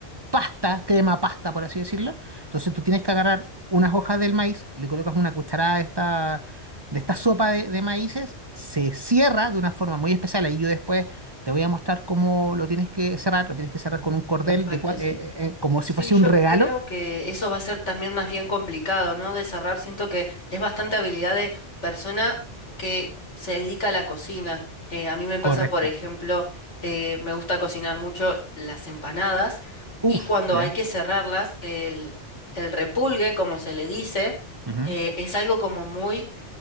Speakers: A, on the right; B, on the left.
A: pasta, crema pasta, por así decirlo. Entonces tú tienes que agarrar unas hojas del maíz, le colocas una cucharada de esta, de esta sopa de, de maíces, se cierra de una forma muy especial. Ahí yo después te voy a mostrar cómo lo tienes que cerrar. Lo tienes que cerrar con un cordel,
B: perfecto,
A: de, cua-
B: sí.
A: eh, eh, eh, como
B: Sí,
A: si fuese
B: yo
A: un regalo.
B: creo que eso va a ser también más bien complicado, ¿no? De cerrar, siento que es bastante habilidad de persona que se dedica a la cocina. Eh, a mí me pasa,
A: Correcto.
B: por ejemplo, eh, me gusta cocinar mucho las empanadas
A: Uf,
B: y cuando
A: ya
B: hay que cerrarlas, el, el repulgue, como se le dice,
A: Ujú.
B: eh, es algo como muy